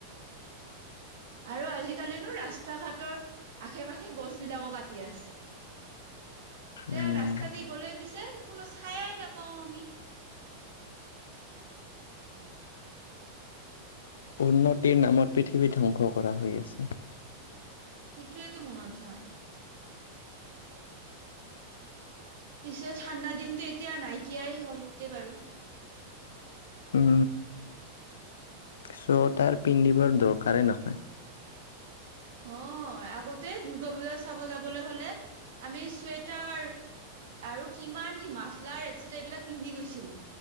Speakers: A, on the right; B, on the left.
A: আৰু আজিকালিনো ৰাস্তা ঘাটৰ আশে- পাশে গছবিলাকো কাটি আছে। এ
B: উম
A: ৰাস্তা দি গ'লে পিছে কোনো খায়াই নাপাও আমি।
B: উন্নতিৰ নামত পৃথিৱীত ধ্বংস কৰা হৈ আছে।
A: সেইটোৱেতো মনত হয়। পিছে ঠাণ্ডা দিনতটো এতিয়া নাইকিয়াই হ'লকে বাৰু।
B: অ ' চুৱেটাৰ পিন্ধিবৰ দৰকাৰেই নহয়।
A: হয় আগতে দুৰ্গা পূজা চাব যাবলৈ হ'লে আমি চুৱটাৰ আৰু কিমান কি মাফলাৰ এইবিলাক পিন্ধি গৈছিলো